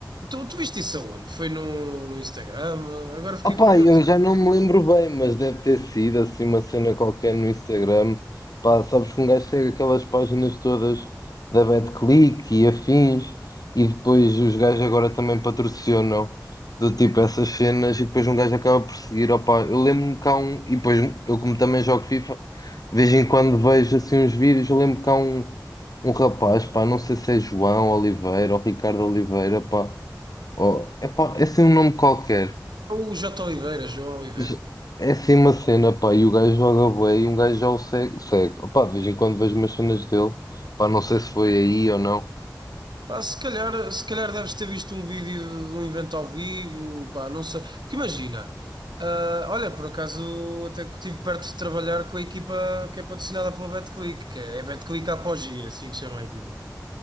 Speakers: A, on the right; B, on the left.
A: tu, tu viste isso aonde? Foi no, no Instagram? Agora fiquei
B: Opá,
A: curioso.
B: eu já não me lembro bem, mas deve ter sido assim uma cena qualquer no Instagram. Pá, sabes que um gajo segue aquelas páginas todas da BetClick e afins, e depois os gajos agora também patrocinam do tipo essas cenas, e depois um gajo acaba por seguir. Opá, eu lembro-me que há um, e depois eu, como também jogo FIFA, de vez em quando vejo assim uns vídeos. Eu lembro que há um, um rapaz, pá, não sei se é João Oliveira ou Ricardo Oliveira, pá, ou, é pá, é assim um nome qualquer.
A: o J. Oliveira, João Oliveira.
B: J- É assim uma cena, pá, e o gajo joga bué e um gajo já o segue, segue. Opá, de vez em quando vejo umas cenas dele, pá, não sei se foi aí ou não.
A: Pá, se calhar, se calhar deves ter visto um vídeo de um evento ao vivo, pá, não sei. Porque imagina, ah, olha, por acaso até que estive perto de trabalhar com a equipa que é patrocinada pela BetClick, que é a BetClick Apogee, é assim que se chama a equipa.